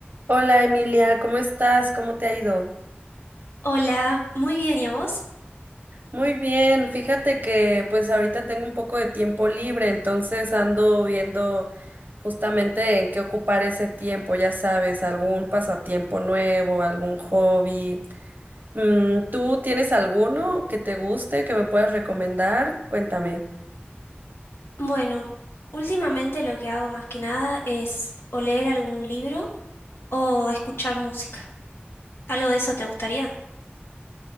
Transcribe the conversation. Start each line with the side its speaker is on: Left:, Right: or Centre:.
Right: Hola Emilia, ¿cómo estás? ¿Cómo te ha ido?
Left: Hola, muy bien, ¿y a vos?
Right: Muy bien, fíjate que pues ahorita tengo un poco de tiempo libre, entonces ando viendo justamente en qué ocupar ese tiempo, ya sabes, algún pasatiempo nuevo, algún hobby. Mm, ¿tú tienes alguno que te guste, que me puedas recomendar? Cuéntame.
Left: Bueno, últimamente lo que hago más que nada es o leer algún libro o escuchar música. ¿Algo de eso te gustaría?